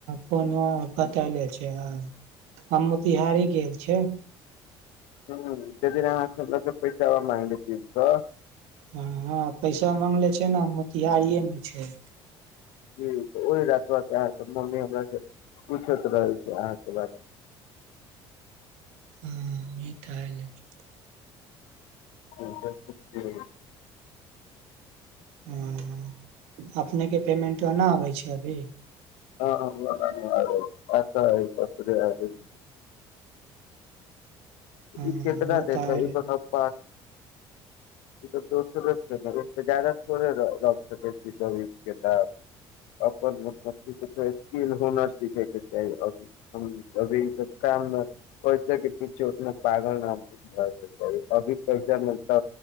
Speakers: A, on the right; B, on the left.
A: कोनो पतैले छै ह हम मोतिहारी गेल छिय
B: हू जेदिना अहाँ सब पैसा <unintelligible>
A: हँ हँ पैसा माँगले छै न मोतिहारिए मे छै
B: हू त ओहि रति तुरते अहाँ के मम्मी हमर से पूछैत रहै छै अहाँ के बारे मे
A: हू ई टाईल अछि
B: ह ज <unintelligible>
A: हू अपनेके पेमेंटबा न अबै छै अभी
B: हँ ब आछ ह कथ <unintelligible>
A: हँ
B: ई केतना
A: ओ
B: <unintelligible>
A: तऽ एले
B: ई त तस छै ने जदााो रक्ता पके <unintelligible> अपन मतलब कछो स्किल हुनर सीखे के चाही अभी <unintelligible> अभी सब काम पैसे <unintelligible> <unintelligible> अभी पैसा मिलता